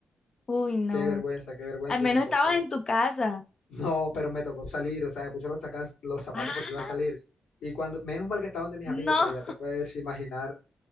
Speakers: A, on the left (about 30°); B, on the left (about 85°).
A: Uy, no.
B: qué vergüenza, qué vergüenza
A: Al menos
B: y me tocó,
A: estabas en tu casa.
B: no, pero me tocó salir, o sea, me puse los, sacas- los zapatos
A: Ah,
B: porque iba a salir. Y cuando, menos mal que estaban de mis
A: no,
B: amigos, pero ya te puedes imaginar